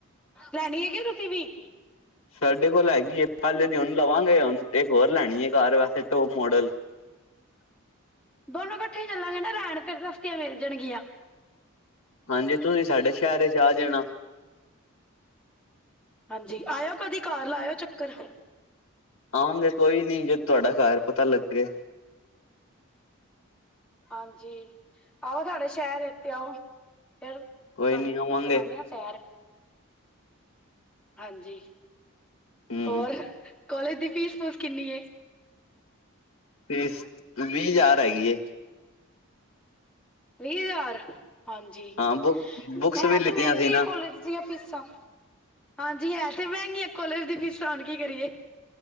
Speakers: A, in the centre; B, on the left (about 70°).
A: ਲੈਣੀ ਹੈਗੀ ਤੁਸੀਂ ਵੀ?
B: ਸਾਡੇ ਕੋਲ ਹੈਗੀ ਏ ਪਹਿਲੇੇ ਦੀ ਹੁਨ ਲਵਾਂਗੇ ਹੁਣ ਤੇ ਹੋਰ ਲੈਣੀ ਹੈ ਕਾਰ ਵੈਸੇ ਟੋਪ ਮੋਡਲ।
A: ਦੋਨੋ ਇਕੱਠੇ ਹੀ ਚੱਲਾਂਗੇ ਨਾ ਲੈਣ ਫਿਰ ਸਸਤੀਆਂ ਮਿਲ ਜਾਣਗੀਆਂ।
B: ਹਾਂਜੀ ਤੁਸੀਂ ਸਾਡੇ ਸ਼ਹਿਰ ਚ ਆ ਜਾਣਾ।
A: ਹਾਂਜੀ ਆਇਓ ਕਦੀ ਘਰ ਲਾਇੳ ਚੱਕਰ।
B: ਆਉਗੇ ਕੋਈ ਨੀ ਜੇ ਤੁਹਾਡਾ ਘਰ ਪਤਾ ਲੱਗੇ।
A: ਹਾਂਜੀ ਆਓ ਤੁਡੇ ਸ਼ਹਿਰ ਇੱਥੇ ਆਓ ਫਿਰ। ਤੁਾਨੂੰ
B: ਕੋਈ ਨੀ ਆਵਾਂਗੇ
A: ਕਰਾਉਦੇ ਹਾਂ ਸੈਰ। ਹਾਂਜੀ
B: ਹਮ
A: ਹੋਰ ਕੋਲਜ ਦੀ ਫੀਸ ਫੂਸ ਕਿੰਨੀ ਏ?
B: ਫੀਸ ਵੀਹ ਹਜ਼ਾਰ ਹੈਗੀ ਏ।
A: ਵੀਹ ਹਜ਼ਾਰ ਹਾਂਜੀ
B: ਹਾਂ ਬੁੱਕ ਬੁੱਕਸ
A: ਹੈ
B: ਵੀ ਲਿੱਤੀਆਂ
A: ਤੇ ਮਹਿੰਗੀ
B: ਸੀ ਨਾ
A: ਏ ਕੋਲੇਜ ਦੀਆਂ ਫੀਸਾ। ਹਾਂਜੀ ਹੈ ਤੇ ਮਹਿੰਗੀਆਂ ਕੋਲਜ ਦੀ ਫੀਸਾ ਹੁਣ ਕੀ ਕਰੀਏ।